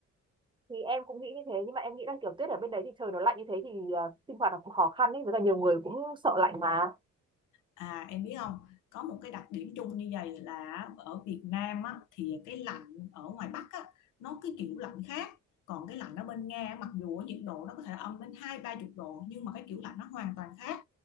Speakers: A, on the right (about 15°); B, on the left (about 85°).
A: thì em cũng nghĩ như thế nhưng mà em nghĩ là kiểu tuyết ở bên đấy thì trời nó lạnh như thế thì ờ, sinh hoạt nó cũng khó khăn ấy với cả nhiều người cũng sợ lạnh mà
B: À em biết không, có một cái đặc điểm chung như vậy là ở Việt Nam á, thì cái lạnh ở ngoài Bắc á, nó cái kiểu lạnh khác. Còn cái lạnh ở bên Nga á, mặc dù ở nhiệt độ nó có thể âm đến hai ba chục độ nhưng mà cái kiểu lạnh nó hoàn toàn khác.